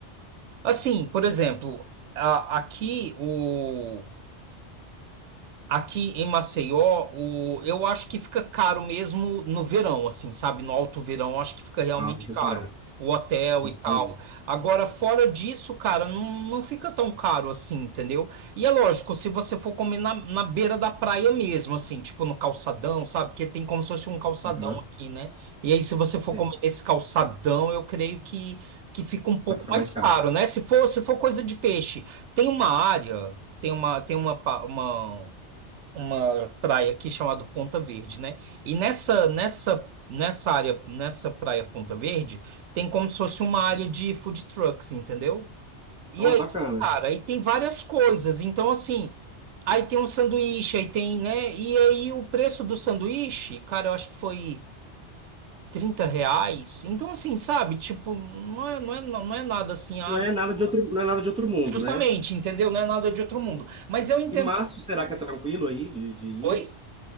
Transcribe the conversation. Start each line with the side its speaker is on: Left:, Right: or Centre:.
Right: assim, por exemplo, a- aqui o Aqui em Maceió, o, eu acho que fica caro mesmo no verão, assim, sabe? No alto verão, eu acho que fica realmente
Centre: na alta temporada.
Right: caro. O hotel
Centre: Entendi.
Right: e tal. Agora, fora disso, cara, não, não fica tão caro assim, entendeu? E é lógico, se você for comer na, na beira da praia mesmo, assim, tipo no calçadão, sabe? Porque tem como se fosse um calçadão
Centre: Aham,
Right: aqui, né? E aí, se você
Centre: sei.
Right: for comer nesse calçadão, eu creio que, que fica um pouco
Centre: Vai ficar
Right: mais
Centre: mais caro.
Right: caro, né? Se for, se for coisa de peixe, tem uma área. Tem uma, tem uma, pa- uma, uma praia aqui chamada Ponta Verde, né? E nessa nessa nessa área, nessa praia Ponta Verde, tem como se fosse uma área de food trucks, entendeu? E
Centre: Então
Right: aí,
Centre: é bacana.
Right: cara, aí tem várias coisas. Então, assim, aí tem um sanduíche, aí tem, né? E aí o preço do sanduíche, cara, eu acho que foi 30 reais. Então, assim, sabe? Tipo, não é, não é, não é nada assim, ah,
Centre: Não é nada de outro, não é nada de outro mundo,
Right: justamente,
Centre: né?
Right: entendeu? Não é nada de outro mundo. Mas eu entendo
Centre: E março,
Right: que.
Centre: será que é tranquilo aí de, de ir?
Right: Oi?